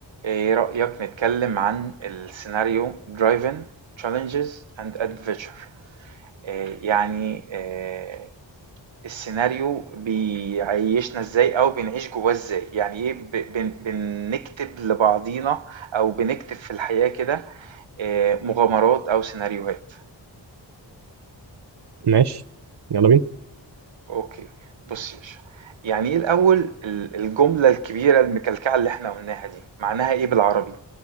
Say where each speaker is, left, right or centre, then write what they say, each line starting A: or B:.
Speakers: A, on the right; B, on the right.
A: ايه رأيك نتكلم عن السيناريو driven challenges and adventure إيه يعني إيه السيناريو بيعيشنا ازاي او بنعيش جواه ازاي يعني ايه ب- بن- بنكتب لبعضينا او بنكتب في الحياة كده إيه مغامرات او سيناريوهات
B: ماشي يلا بينا
A: اوكي بص يا باشا يعني ايه الاول ال- الجملة الكبيرة المكلكعة اللي احنا قلناها دي معناها ايه بالعربي